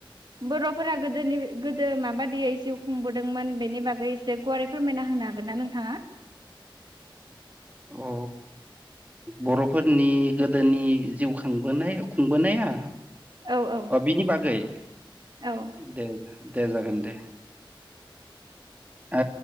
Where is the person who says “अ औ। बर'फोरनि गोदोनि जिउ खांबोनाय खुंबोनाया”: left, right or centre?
Right